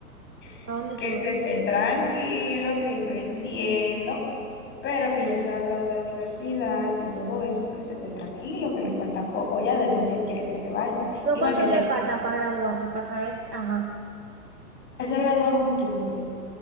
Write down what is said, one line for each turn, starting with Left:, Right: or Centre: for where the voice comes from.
Left: <laughs>
Right: ¿A dónde
Left: que
Right: se
Left: se
Right: va?
Left: esté tranquilo, que yo entiendo, pero que ya se va a graduar de la universidad y todo eso, que se esté tranquilo, que le falta poco ya, después si él quiere que se vaya.
Right: ¿Pero
Left: Y
Right: cuánto
Left: más que él
Right: le
Left: tiene-
Right: falta para graduarse, para saber? Ajá.
Left: él se gradúa en octubre.